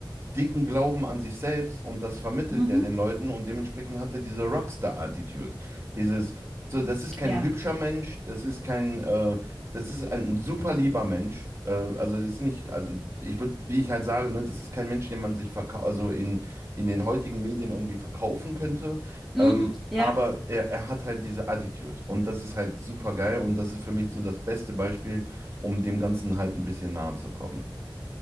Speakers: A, on the right (about 35°); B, in the centre.
A: dicken Glauben an sich selbst und das vermittelt
B: Mhm.
A: er den Leuten und dementsprechend hat er diese Rockstar-Attitude. Dieses, so, das ist kein
B: Ja.
A: hübscher Mensch, das ist kein, äh, das ist ein, ein super lieber Mensch. Äh, also ist nicht, also ich würde, wie ich halt sage, ne, das ist kein Mensch, den man sich verkau also in, in den heutigen Medien irgendwie verkaufen könnte.
B: Mhm.
A: Ähm,
B: Ja.
A: aber er, er hat halt diese Attitude und das ist halt super geil und das ist für mich so das beste Beispiel, um dem Ganzen halt ein bisschen nahe zu kommen.